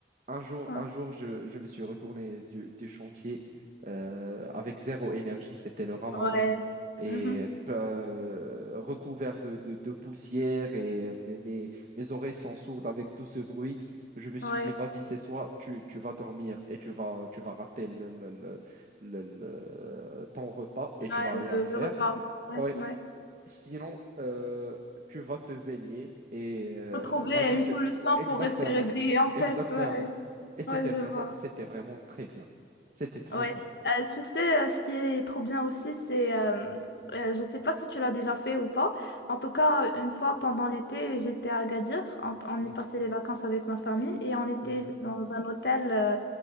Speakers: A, on the right; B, on the left.
A: Un jour,
B: Ouais,
A: un jour, je, je me suis retourné du, du chantier euh, avec zéro énergie, c'était le ramadan,
B: Ouais.
A: et
B: Mhm.
A: euh, recouvert de, de- de poussière et euh, mes, mes, mes oreilles sont sourdes avec tout ce bruit. Je me suis
B: Ouais,
A: dit, vas-y, c'est soit tu, tu vas dormir et tu vas, tu vas rater le, le- le- le- le- ton repas et
B: ouais,
A: tu vas rien
B: le,
A: faire.
B: le repas. Ouais.
A: Oui.
B: ouais.
A: Sinon, euh, tu vas te baigner et euh,
B: Retrouver
A: vas-y,
B: une
A: tu...
B: solution
A: Exactement,
B: pour rester réveillé en
A: exactement.
B: fait. Ouais,
A: Et c'était
B: ouais, je
A: vraiment,
B: vois.
A: c'était vraiment très bien. C'était trop
B: Ouais,
A: bien.
B: Euh, tu sais, euh, ce qui est trop bien aussi, c'est, euh, euh, je sais pas si tu l'as déjà fait ou pas. En tout cas, une fois pendant l'été, j'étais à Agadir. On, on
A: Mm,
B: y passait les vacances avec ma famille et on était
A: mhm,
B: dans un hôtel euh,